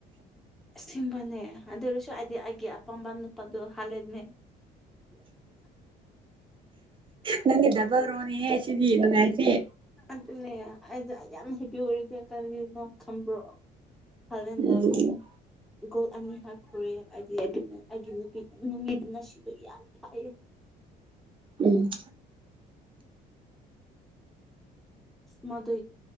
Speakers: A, in the centre; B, on the right (about 30°).
A: ꯁꯤꯕꯅꯦ ꯑꯗꯨꯔꯁꯨ ꯍꯥꯏꯗꯤ ꯑꯩꯒꯤ ꯑꯄꯥꯝꯕ ꯅꯨꯄꯥꯗꯣ ꯍꯥꯜꯂꯦꯟꯅꯦ
B: ꯅꯪꯒꯤ ꯗꯕꯒ ꯔꯣꯅꯤ ꯁꯤꯔꯤ ꯍꯥꯏꯗꯤꯦ
A: ꯑꯗꯨꯅꯦ ꯑꯩꯁ ꯌꯥꯝ ꯍꯦꯕꯤ ꯑꯣꯏꯔꯁꯦ ꯀꯔꯤꯒꯤꯅꯣ ꯈꯪꯕ꯭ꯔꯣ ꯐꯜꯦꯟꯅ
B: ꯎꯝ
A: ꯒꯣꯜ ꯑꯅꯤ ꯍꯥ ꯐꯨꯔꯦ ꯑꯗꯤꯅ ꯅꯨꯃꯤꯠꯅ ꯁꯤꯕ ꯌꯥꯝ ꯊꯥꯏꯌꯦ
B: ꯎꯝ
A: ꯃꯗꯨ